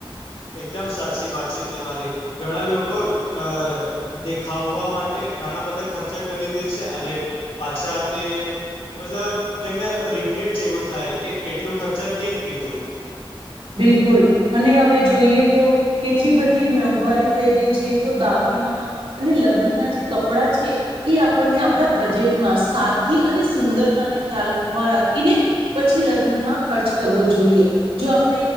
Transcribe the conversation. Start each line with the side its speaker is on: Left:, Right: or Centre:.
Left: એકદમ સાચી વાત છે, તમારી ઘણા લોકો અ દેખાવવા માટે ઘણા બધા ખર્ચા કરી દે છે, અને પાછા તે મતલબ તેમને રિગ્રેટ જેવું થાય કે એટલું ખર્ચા કેમ કીધું
Right: બિલકુલ અને હવે જોઈએ તો કેટલી બધી મોંઘવારી થઈ ગઈ છે, તો દાગ <unintelligible> લગ્ન ના જે કપડા છે, એ આપણને આપણા બજેટમાં સાદગી અને. સુંદરતા ને ખ્યાલમાં રાખીને પછી લગ્નમાં ખર્ચ કરવો જોઈએ જો. આપ